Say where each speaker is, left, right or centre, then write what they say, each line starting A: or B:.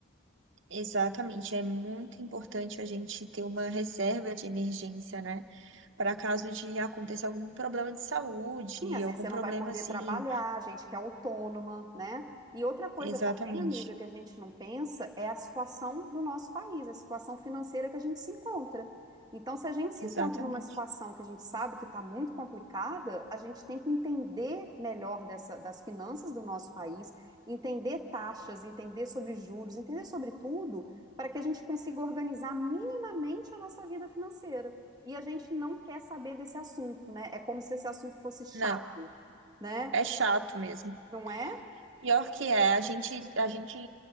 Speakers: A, on the right; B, on the right.
A: Exatamente. É muito importante a gente ter uma reserva de emergência, né? Para caso de aconteça algum problema de saúde,
B: Sim, às
A: algum
B: vezes você
A: problema
B: não vai poder
A: assim.
B: trabalhar, gente que é autônoma, né? E outra coisa
A: Exatamente.
B: também, amiga, que a gente não pensa é a situação do nosso país, a situação financeira que a gente se encontra. Então, se a gente se
A: Exatamente.
B: encontra numa situação que a gente sabe que está muito complicada, a gente tem que entender melhor dessa, das finanças do nosso país, entender taxas, entender sobre juros, entender sobre tudo, para que a gente consiga organizar minimamente a nossa vida financeira e a gente não quer saber desse assunto, né? É como se esse assunto fosse chato,
A: Não.
B: né?
A: É chato mesmo.
B: Não é?
A: Pior que é, a gente, a gente